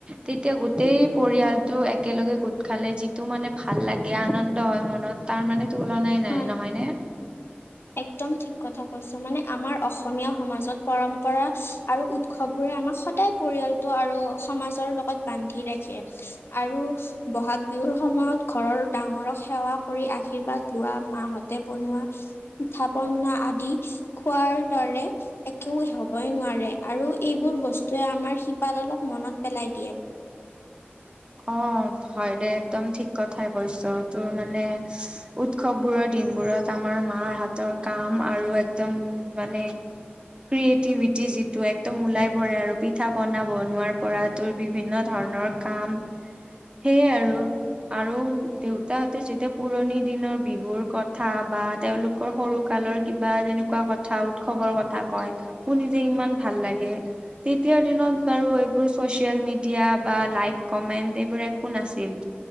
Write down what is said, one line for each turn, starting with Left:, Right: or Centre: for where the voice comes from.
Right: তেতিয়া গোটেই
Left: উম
Right: পৰিয়ালটো একেলগে গোট খালে যিটো মানে ভাল লাগে আনন্দ হয় মনত তাৰ মানে তুলনাই নাই
Left: হয়
Right: নহয় ন
Left: একদম ঠিক কথা কৈছে মানে আমাৰ অসমীয়া সমাজত পৰম্পৰা আৰু উৎসৱবোৰে আমাক সদায় পৰিয়ালতটো আৰু সমাজৰ বান্ধি ৰাখে আৰু বহাগ বিহুৰ সময়ত ঘৰৰ ডাঙৰক সেৱা কৰি আশীৰ্বাদ লোৱা মাহঁতে বনোৱা পিঠা পনা আদি খোৱাৰ দৰে একেও হবই নোৱাৰে আৰু এইবোৰ বস্তুৱে আমাৰ শিপাডালক মনত পেলাই দিয়ে।
Right: অ', হয় দে একদম ঠিক কথাই কৈছ, তোৰ মানে উৎসৱ বোৰৰ দিন দিনবোৰত আমাৰ মাৰ হাতৰ কাম আৰু একদম মানে ক্ৰিয়েটিভিটি যিটো একদম ওলাই পৰে আৰু পিঠা পনা বনোৱাৰ পৰাতো বিভিন্ন ধৰণ ধৰণৰ কাম সেইয়ে আৰু আৰু দেউতাহতে যেতিয়া পুৰণি দিনৰ বিহুৰ কথা বা তেওঁওলোকৰ সৰু ক কালৰ কিবা তেনেকুৱা কথা উৎসৱৰ কথা কয় শোৰ নিজে ইমান ভাল লাগে তেতিয়াৰ দিনত বাৰু এইবোৰ চচিয়েল মিডিয়া বা লাইক কমেন্ট সেবোৰ একো নাছিল।